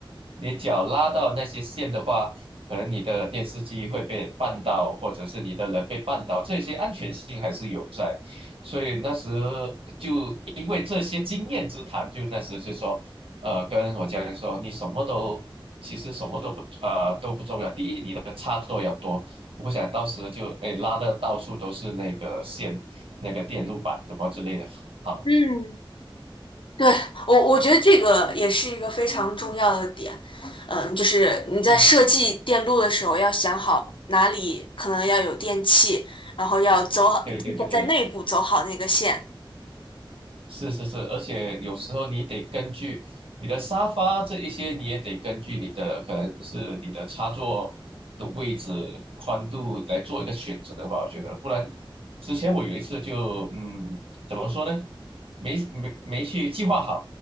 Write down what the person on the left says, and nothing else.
嗯，对，我我觉得这个也是一个非常重要的点，嗯，就是你在设计电路的时候要想好哪里可能要有电器，
然后要走好，
提前在内部走好那个线。